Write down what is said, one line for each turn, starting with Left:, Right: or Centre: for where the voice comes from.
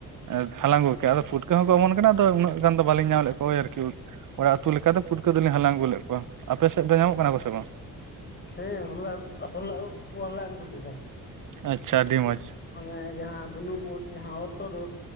Right: ᱮ ᱦᱟᱞᱟᱝ ᱜᱚᱫ ᱠᱮᱫ ᱟᱫᱚ ᱯᱩᱴᱟᱹ ᱦᱚᱸᱠᱚ ᱚᱢᱚᱱ ᱠᱟᱱᱟ ᱟᱫᱚ ᱩᱱᱟᱹᱜ ᱜᱟᱱ ᱫᱚ ᱵᱟᱞᱤᱧ ᱧᱟᱢ ᱞᱮᱫ ᱠᱚᱣᱟ ᱳᱭ ᱟᱨᱠᱤ ᱩᱫ ᱚᱲᱟᱜ ᱩᱛᱩ ᱞᱮᱠᱟ ᱫᱚ ᱯᱩᱴᱠᱟᱹ ᱫᱚᱞᱤᱧ ᱦᱟᱞᱟᱝ ᱟᱹᱜᱩ ᱞᱮᱫ ᱠᱚᱣᱟ ᱟᱯᱮ ᱥᱮᱫ ᱫᱚ ᱧᱟᱢᱚᱜ ᱠᱟᱱᱟ ᱠᱚ ᱥᱮ ᱵᱟᱝ?
Left: ᱦᱮᱸ ᱦᱚᱞᱟ ᱦᱚᱞᱟ ᱩᱫ ᱠᱚ ᱦᱟᱞᱟᱝ ᱟᱜᱩ ᱞᱮᱫᱟ
Right: ᱟᱪᱪᱷᱟ ᱟᱹᱰᱤ ᱢᱚᱸᱡᱽ
Left: ᱚᱱᱮ ᱡᱟᱦᱟᱸ ᱵᱩᱱᱩᱢ ᱩᱫ ᱡᱟᱦᱟᱸ ᱚᱨᱛᱩᱫ ᱩᱫ